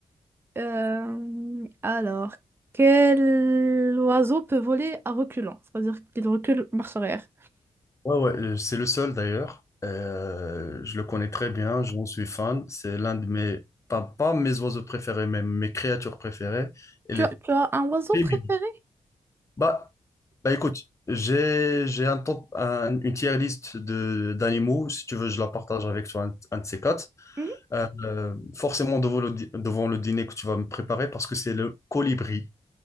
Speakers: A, on the right; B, on the left.
A: Euh, alors, quel oiseau peut voler à reculant? C'est-à-dire qu'il recule marche arrière.
B: Ouais, ouais, euh, c'est le seul d'ailleurs. Euh, je le connais très bien, j'en suis fan. C'est l'un de mes, pas, pas mes oiseaux préférés, mais mes créatures préférées. Elle
A: Tu
B: est
A: as, tu as un oiseau
B: très
A: préféré?
B: mimi. Bah, Bah écoute, j'ai j'ai un temps un- une tier list de d'animaux. Si tu veux, je la partage avec toi, un, un de ces quatre.
A: Hmm
B: Euh, euh, forcément devant le, di- devant le dîner que tu vas me préparer parce que c'est le colibri.